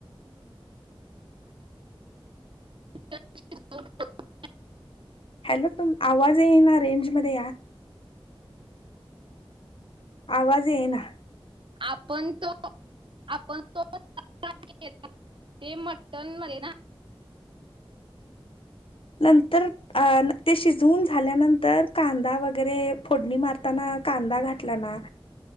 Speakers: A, on the right (about 60°); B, on the left (about 70°).
A: <unintelligible>
B: हॅलो, तुम आवाज ये ना रेंज मध्ये या. आवाज ये ना.
A: आपण तो आपण तो <unintelligible> ते मटन <unintelligible>
B: नंतर अ ते शिजवून झाल्यानंतर कांदा वगैरे फोडणी मारताना कांदा घातला ना